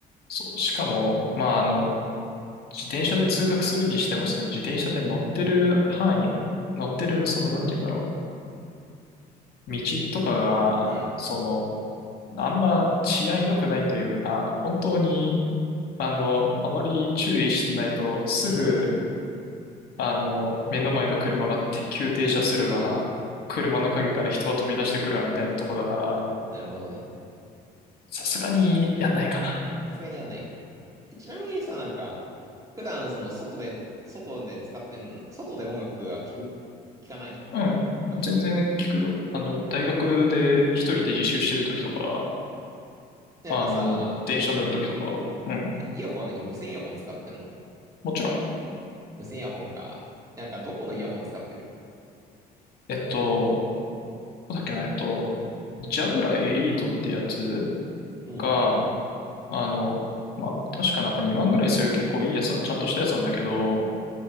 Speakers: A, on the left (about 65°); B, on the right (about 20°).
A: そう、しかも、まあ、あの、自転車で通学するにしても、その自転車で乗ってる範囲、乗ってる、その、なんて言うんだろう、道とかが、
B: うん。
A: その、あんま治安良くないというか、本当に、あの、周り注意してないと、すぐ、
B: <laughs>
A: あの、目の前の車がて急停車するわ、
B: ああ、
A: 車の陰から人が飛び出してくるわ、みたいなとこだから、
B: なるほどね。
A: さすがにやんないかな。
B: さすがにやんないか。えちなみにさ、なんか、普段その外で、外で使ってん、外で音楽は聞く聞かない
A: うん。
B: あ、聞く
A: 全然聞くよ。あの、大学で一人で自習してる時とか、
B: なんかさ、
A: あの、電車乗るときとか、うん、
B: イヤホンは何無線イヤホン使ってんの
A: もちろん。
B: 無線イヤホンか。なんかどこのイヤホン使ってる
A: えっと、どうだっけな、えっと、ジャブラエリートってやつ
B: も
A: が、あの、ま、確かなんか2万ぐらいする結構いいやつな、ちゃんとしたやつなんだけど、